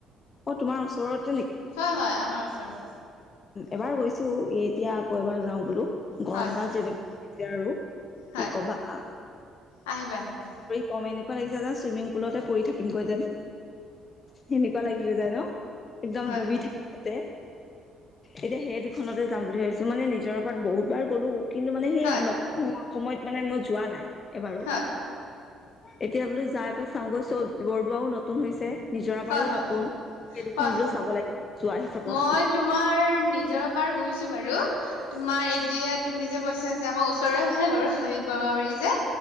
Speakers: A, on the left (about 35°); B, on the left (about 70°).
A: অ তোমাৰ ওচৰত
B: হয় হয় আমাৰ ওচৰ হয়।
A: এবাৰ গৈছো এতিয়া আকৌ এবাৰ যাওঁ বোলো। গৰম
B: হয়
A: দান
B: হয়
A: যেনেকুৱা
B: হয়
A: হৈছে আৰু
B: হয়
A: কি কবা?
B: আহিবা আহিবা।
A: কম এনেকুৱা লাগি যায় যান চুইমিং পুলতে পৰি থাকিমগৈ যেন, সেনেকুৱা লাগি গৈ যায় ন। একদম
B: হয়
A: ডুবি
B: হয়
A: থাকে তাতে। এতিয়া সেই দুখনতে যাম বুলি ভাবিছো মানে নিজৰ ওপৰত বহুত বাৰ গলো কিন্তু মানে সেই
B: হয়
A: নতুন হোৱা সময়ত মানে মই যোৱা নাই এবাৰো।
B: হয়
A: এতিয়া বোলো যাই পেলাই চাওঁগৈ চব বৰদোৱাও নতুন হৈছে। নিজৰা
B: হয়
A: বাৰু নতুন,
B: হয় হয়
A: সেই দুখনলৈ
B: হয় হয়
A: চাব লাগিব চোৱা হিচাপত।
B: মই তোমাৰ নিজৰা পাৰ গৈছো বাৰু, তোমাৰ এতিয়া তুমি যে কৈছা যে আমাৰ ওচৰে হয়ে বাৰু। ভাবিব ৰঙাবাৰী যে